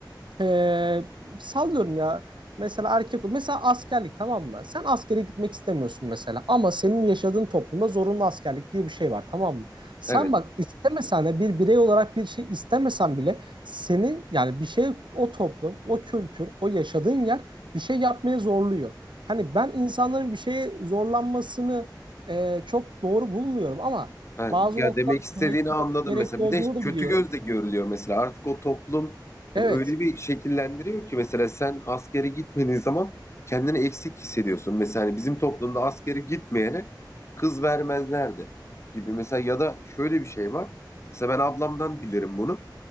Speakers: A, on the right; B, on the left.
A: ee, sallıyorum ya. Mesela erkek, mesela askerlik tamam mı? Sen askere gitmek istemiyorsun mesela ama senin yaşadığın toplumda zorunlu askerlik diye bir şey var tamam mı? Sen
B: evet.
A: bak istemesen de bir birey olarak bir şey istemesen bile seni yani bir şey o toplum, o kültür, o yaşadığın yer bir şey yapmaya zorluyor. Hani ben insanların bir şeye zorlanmasını e, çok doğru bulmuyorum ama
B: Ha,
A: bazı
B: ya
A: noktalarda
B: demek istediğini
A: gerekli,
B: anladım
A: gerekli
B: mesela.
A: olduğunu
B: Bir de
A: da
B: kötü
A: biliyorum.
B: gözle görülüyor mesela. Artık o toplum hani
A: Evet.
B: öyle bir şekillendiriyor ki mesela sen askere gitmediğin zaman kendini eksik hissediyorsun. Mesela hani bizim toplumda askere gitmeyene kız vermezlerdi gibi. Mesela ya da şöyle bir şey var. Mesela ben ablamdan bilirim bunu.